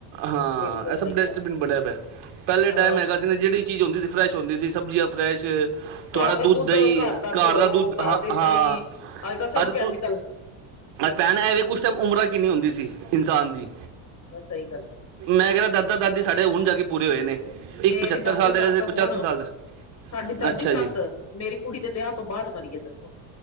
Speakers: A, on the right; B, on the left.
A: ਹਾਂ
B: ਬਿਲਕੁਲ ਸਹੀ
A: ਇਹ ਸਭ ਡਸਟਬਿਨ
B: ਗੱਲ
A: ਬਣਿਆ ਪਿਆ ਪਹਿਲੇ ਟਾਈਮ
B: ਅਹ
A: ਹੈਗਾ ਸੀ। ਜਿਹੜੀ ਚੀਜ਼ ਹੁੰਦੀ ਸੀ ਫਰੈਸ਼ ਹੁੰਦੀ ਸੀ। ਸਬਜ਼ੀਆਂ ਫਰੈਸ਼ ਤੁਹਾਡਾ
B: ਘਰ
A: ਦੁੱਧ
B: ਦਾ
A: ਦਹੀ ਘਰ
B: ਘਿਓ
A: ਦਾ ਦੁੱਧ
B: ਘਰ
A: ਹਾਂ
B: ਦੀ
A: ਹਾਂ
B: ਦਹੀਂ ਅੱਜ ਕੱਲ ਸਭ
A: ਅਜ।
B: ਕੈਮੀਕਲ
A: ਭੈਣ ਮੈ ਪੁੱਛ ਰਿਹਾ ਉਸ ਟਾਈਮ ਉਮਰਾਂ ਕਿੰਨੀ ਹੁੰਦੀ ਸੀ ਇਨਸਾਨ ਦੀ?
B: ਬਸ ਚਾਹੀਦਾ।
A: ਮੈਂ ਕਹਿੰਦਾ ਦਾਦਾ ਦਾਦੀ ਸਾਡੇ ਹੁਣ ਜਾ ਕੇ ਪੂਰੇ ਹੋਏ ਨੇ।
B: ਮੇਰੀ
A: ਇੱਕ
B: ਦਾਦੀ
A: ਸਾਲ
B: ਸੱਸ
A: ਦਾ ਹੈਗਾ ਸੀ ਇੱਕ
B: ਹੁਣ
A: ਸਾਲ ਦਾ
B: ਸਾਡੀ। ਦਾਦੀ
A: ਅੱਛਾ
B: ਸੱਸ
A: ਜੀ
B: ਮੇਰੀ ਕੁੜੀ ਦੇ ਵਿਆਹ ਤੋਂ ਬਾਅਦ ਮਰੀਏ ਦੱਸੋ।